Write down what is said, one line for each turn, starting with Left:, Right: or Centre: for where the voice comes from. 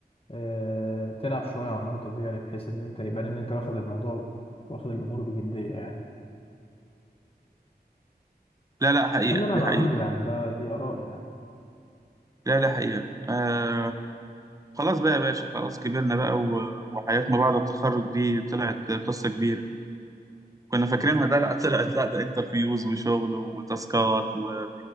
Left: آه، تلعب شوية على النقطة دي يعني بحيث إن أنت يبان إن أنت واخد الموضوع واخد الأمور بجدية يعني
Right: لا لا حقيقه
Left: ده اللي أنا
Right: دي
Left: بعمله
Right: حقيقه
Left: يعني ده دي آراء يعني
Right: لا لا حقيقه آه خلاص بقى يا باشا خلاص كبرنا بقى و- وحياة ما بعد التخرج دي طلعت قصة كبيرة كنا فاكرينها
Left: اه
Right: ده لا طلعت لا ده انترفيوز وشغل وتاسكات و...